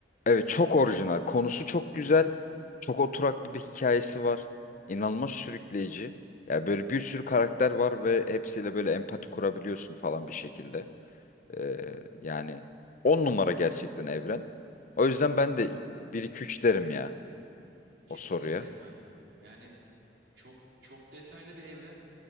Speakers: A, on the left; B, on the right.
A: evet çok orijinal. Konusu çok güzel. Çok oturaklı bir hikayesi var. İnanılmaz sürükleyici. Yani böyle bir sürü karakter var ve hepsiyle böyle empati kurabiliyorsun falan bir şekilde. E, yani on numara gerçekten evren. O yüzden ben de bir 2 3 derim ya
B: Kesinlikle
A: o soruya.
B: kanka. Yani çok çok detaylı bir evren.